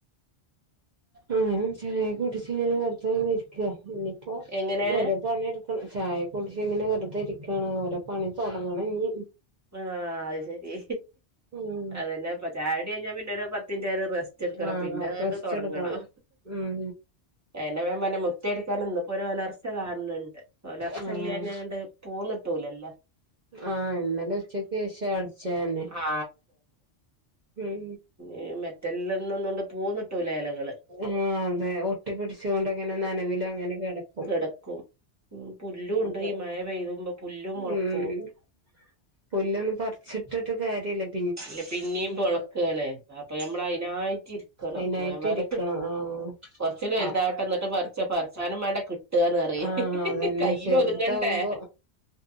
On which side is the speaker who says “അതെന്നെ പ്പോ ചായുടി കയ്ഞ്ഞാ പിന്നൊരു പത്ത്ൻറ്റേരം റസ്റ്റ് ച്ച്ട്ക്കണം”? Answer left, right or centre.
Right